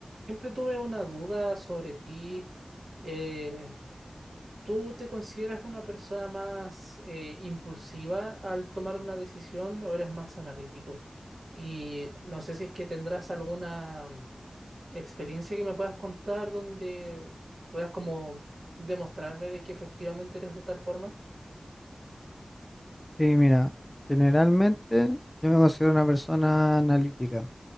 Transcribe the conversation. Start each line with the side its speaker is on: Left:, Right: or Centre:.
Right: Siempre tuve una duda sobre ti. Eh, ¿tú te consideras una persona más eh, impulsiva al tomar una decisión o eres más analítico? Y no sé si es que tendrás alguna mm, experiencia que me puedas contar donde puedas como demostrarme de que efectivamente eres de tal forma.
Left: Sí, mira, generalmente yo me considero una persona analítica,